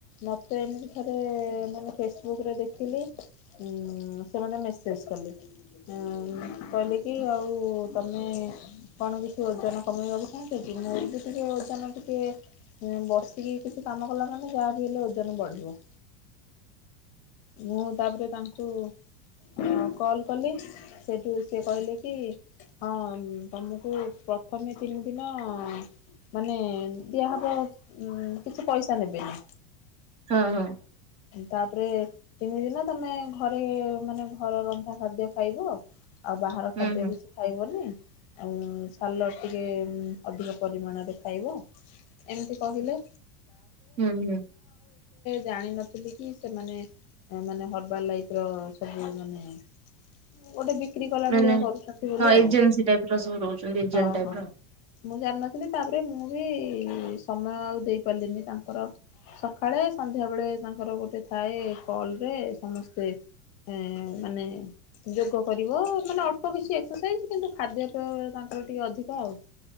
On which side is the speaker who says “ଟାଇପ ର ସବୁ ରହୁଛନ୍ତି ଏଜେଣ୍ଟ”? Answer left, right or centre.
Right